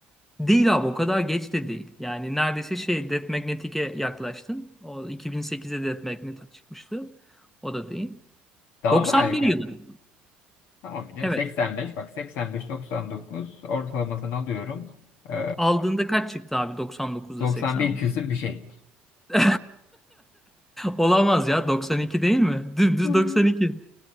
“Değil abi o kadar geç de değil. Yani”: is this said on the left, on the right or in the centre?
Centre